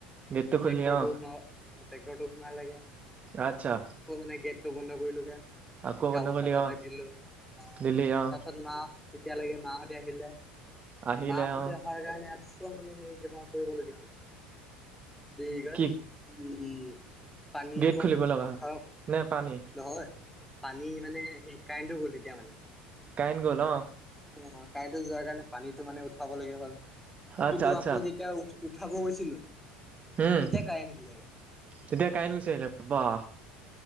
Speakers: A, on the right; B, in the centre.
A: গেটটো খুলিলি
B: টেক্টৰটো
A: অ
B: সোম অ ট্ৰেক্টৰটো সোমালগে।
A: আচ্ছা
B: আকৌ মানে গেটটো বন্ধ কৰিলোগে।
A: আকৌ বন্ধ
B: গামোচা
A: কৰিলি
B: দাদা
A: অ
B: দিলো। অ
A: দিলি অ
B: তাৰছত না তেতিয়ালৈকে মাহতে আহিলে।
A: আহিলে
B: মাহতে
A: অ
B: অহাৰ কাৰণে চোৱা মানে সেই কেইট কৰিবলগীয়া হল দঘ
A: কি
B: <unintelligible> পানী
A: গেট
B: অকণ
A: খুলিব লগা হ'ল
B: উঠাও
A: নে পানী
B: নহয় পানী মানে সেই কাৰেণ্টটো গ'ল তেতিয়া মানে।
A: কাইন গ'ল অ
B: অ কাৰেণ্টো যোৱাৰ কাৰণে পানীতো মানে উঠাবলগীয়া হ'ল
A: আচ্ছা
B: কিন্তু
A: আচ্ছা
B: আকৌ যেতিয়া উ উঠাব গৈছিলো
A: উম
B: তেতিয়া কাৰেণ্ট আহিলেগে
A: তেতিয়া কাইন গুচি আহিলে বা